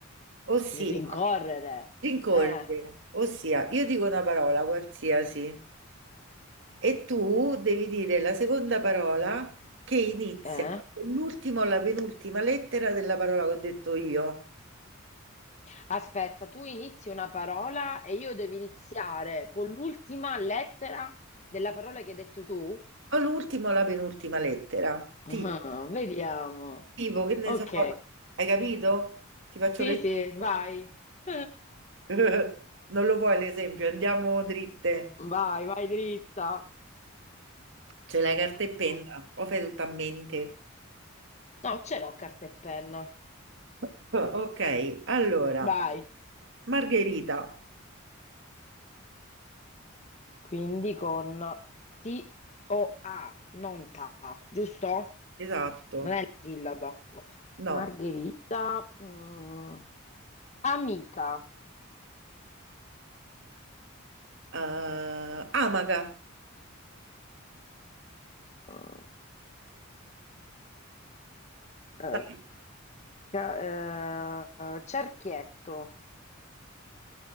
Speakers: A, on the right; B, on the left.
A: ossia
B: Il Rincorrere.
A: rincorrere,
B: Eh,
A: ossia io dico una parola qualsiasi e tu devi dire la seconda parola che inizia
B: eh.
A: con l'ultima o la penultima lettera della parola che ho detto io,
B: Aspetta, tu inizi una parola e io devo iniziare con l'ultima lettera della parola che hai detto tu.
A: o l'ultima o la penultima lettera,
B: Ah,
A: tipo,
B: vediamo.
A: tipo che ne
B: Ok.
A: so, hai capito? Ti faccio
B: Sì,
A: l'esempio.
B: sì, vai. <laughs>
A: <laughs> Non lo vuoi l'esempio? Andiamo dritte.
B: Vai, vai dritta.
A: C'è la carta e penna,
B: Mm.
A: o fai tutto a mente?
B: No, ce l'ho carta e penna.
A: <laughs> Ok, allora,
B: Vai.
A: Margherita,
B: Quindi con T-O-A, non TA, giusto?
A: esatto,
B: Non è la sillaba.
A: no,
B: Margherita, mm, amica,
A: eh, Amaca,
B: mm, eh,
A: dai,
B: ca- eh, cerchietto,